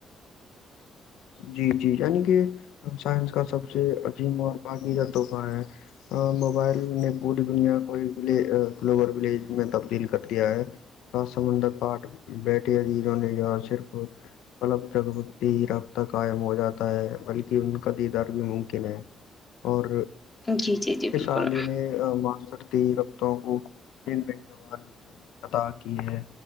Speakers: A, on the left; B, on the left.
A: جی جی یعنی کہ سائنس کا سب سے عظیم اور باغییدہ تحفہ ہے موبائل نے پوری دنیا کو گلوبل ولیج میں تبدیل کر دیا ہے پس سمندر پاھ بیٹٹے عدیزوں نے ار صرف اپلب جگ بتییرب <inaudible> قائم ہو جاتا ہے بلکہ ان کا دیدار بھی ممکن ہے اور
B: جی جی جی بالکل
A: اس عالے نے مانسرتی رقتوں کو پ نہیں روا د <inaudible> عطا کی ہے